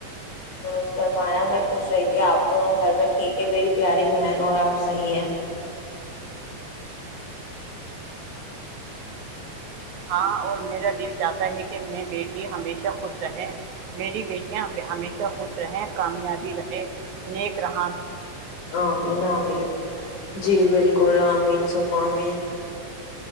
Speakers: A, on the left (about 65°); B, on the right (about 65°).
A: دست فرمایا میں پوچھ رہی تھی آپ دونوں گھر میں ٹھیک ہے میری پیاری بہن اور آپ صحی ہیں
B: ہاں اور میرا دل چاہتا ہے کہ میں بیٹییا ہمیشہ خوش رہیں میری بیٹیاں ہمیشہ خوش رہیں کامیابی رہے نیک رہا
A: عمین عمین جی بالک کولاامین سمامین